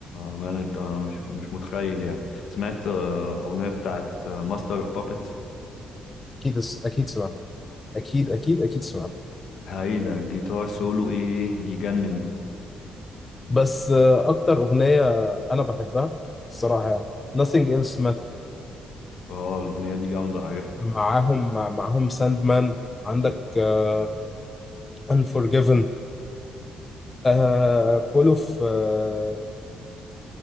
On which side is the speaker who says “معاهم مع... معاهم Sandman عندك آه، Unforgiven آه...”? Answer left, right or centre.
Left